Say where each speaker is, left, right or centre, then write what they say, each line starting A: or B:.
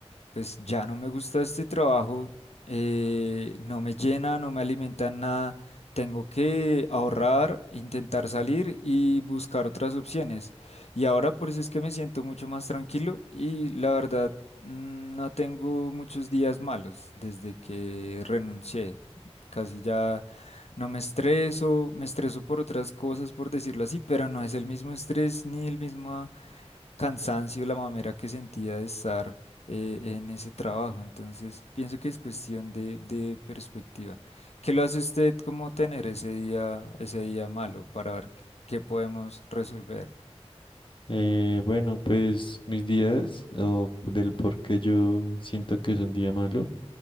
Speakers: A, on the left; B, on the left.
A: pues ya no me gusta este trabajo, eh, no me llena, no me alimenta en nada, tengo que ahorrar, intentar salir y buscar otras opciones. Y ahora por eso es que me siento mucho más tranquilo y la verdad mm, no tengo muchos días malos desde que renuncié. Casi ya no me estreso, me estreso por otras cosas, por decirlo así, pero no es el mismo estrés ni el mismo cansancio, la mamera que sentía de estar eh, en ese trabajo. Entonces, pienso que es cuestión de, de perspectiva. ¿Qué lo hace usted como tener ese día, ese día malo para ver qué qué podemos resolver?
B: Eh, bueno, pues mis días o del por qué yo siento que es un día malo.